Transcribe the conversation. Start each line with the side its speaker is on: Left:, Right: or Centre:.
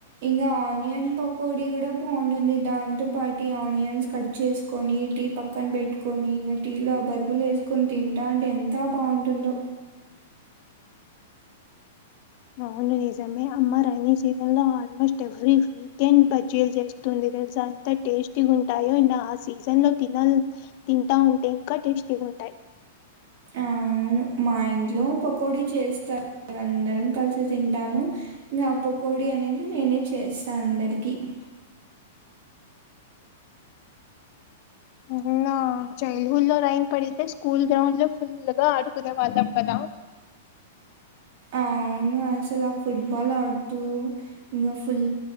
Right: ఇంకా ఆనియన్ పకోడి కూడా బాగుంటుంది. దాంతో పాటు ఆనియన్స్ కట్ చేసు కొని టీ పక్కన పెట్టుకొని, టీలో ఆ బజ్జీలు వేసుకొని తింటా ఉంటే ఎంతా బాగుంటుందో?
Left: అవును నిజమే అమ్మ రైనీ సీజన్ లో ఆల్మోస్ట్ ఎవ్రీ వీకెండ్ బజ్జీలు చేస్తుంది అంత టేస్టీగా ఉంటాయో ఇంక ఆ సీజన్ లో తినాలనిపిస్తుంది. తింటా ఉంటే ఇంకా టేస్టీగా ఉంటాయి.
Right: అవును మా ఇంట్లో పకోడి చేస్తారు అందరం కలిసి తింటాము. ఇంగ పకోడి అనేది నేనే చేసా అందరికీ.
Left: అవునా చైల్డ్ హుడ్ లో రైన్ పడితే స్కూల్ గ్రౌండ్ లో ఫుల్ గా ఆడుకునే వాళ్ళం కదా?
Right: అవును అసలా ఫుట్బాల్ ఆడుతూ ఇంగా ఫుల్